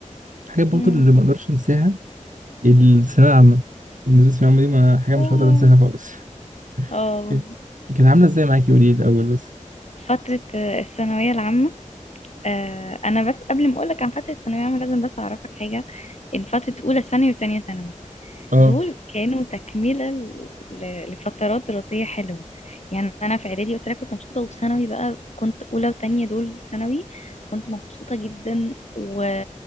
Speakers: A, on the right; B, on the left.
A: الحاجات برضو
B: مم.
A: اللي ما أقدرش أنساها الثانوية العامة بالنسبة للثانوية العامة دي ما حاجة مش
B: آه.
A: هقدر أنساها خالص <laughs>
B: آه.
A: كانت كانت عاملة إزاي معاكي قولي لي الأول بس
B: فترة آه، الثانوية العامة آه، انا بس قبل ما اقولك عن فترة الثانوية العامة لازم بس اعرفك حاجة ان فترة اولى ثانوي وتانية ثانوي
A: آه
B: دول كانوا تكملة ل- ل- لفترات دراسية حلوة يعني أنا في إعدادي قلت لك كنت مبسوطة وفي ثانوي بقى كنت أولى وتانية دول ثانوي كنت مبسوطة جدا و...